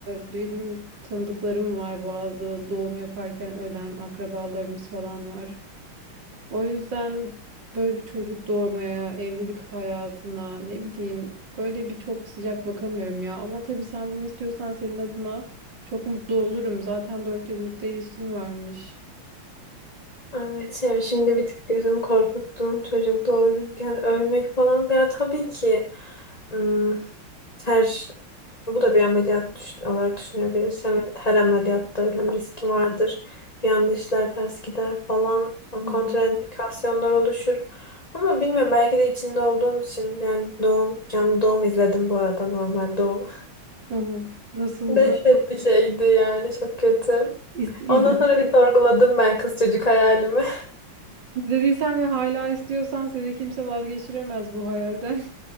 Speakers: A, on the right; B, on the left.
A: e, benim tanıdıklarım var bazı doğum yaparken ölen akrabalarımız falan var. O yüzden böyle bir çocuk doğurmaya, evlilik hayatına ne bileyim böyle bir çok sıcak bakamıyorum ya. Ama tabii sen bunu istiyorsan senin adına çok mutlu olurum. Zaten 4 yıllık da ilişkin varmış.
B: evet ya şimdi bir tık gözümü korkuttun çocuk doğururken ölmek falan ya tabii ki ım, her bu da bir ameliyat düşün- olarak düşünebiliriz. Hem, her ameliyatta ölüm riski vardır. Bir anda işler ters gider falan
A: Hı
B: kontraindikasyonlar
A: hı.
B: oluşur. Ama bilmiyorum belki de içinde olduğum için yani doğum canlı doğum izledim bu arada normal doğum.
A: Oh, nasıldı?
B: <laughs> Dehşet bir şeydi yani çok kötü.
A: İz- İzledi,
B: Ondan sonra bir sorguladım ben kız çocuk hayalimi.
A: izlediysen ve hala istiyorsan seni kimse vazgeçiremez bu hayalden.